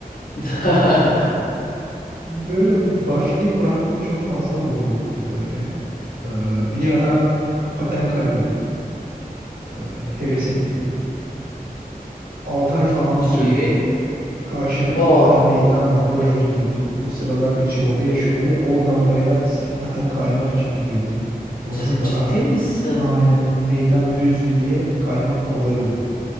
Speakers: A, on the left; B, on the right.
A: <laughs>
B: <laughs> Böyle başlayıp bıraktığım çok fazla hobim oldu böyle. Ee, bir ara paten kayıyordum. Ee, heves ettim. 6 ay falan sürdü.
A: İyi.
B: Karşıyaka'da
A: Wow.
B: bir tane meydan var. Oraya gidiyordum. O sıralar üç yolda yaşıyordum ve oradan oraya sırf paten kaymak için gidiyordum. Orası
A: Sen
B: daha
A: ciddi misin?
B: aynen meydan düzdü diye kaymak kolay oluyordu.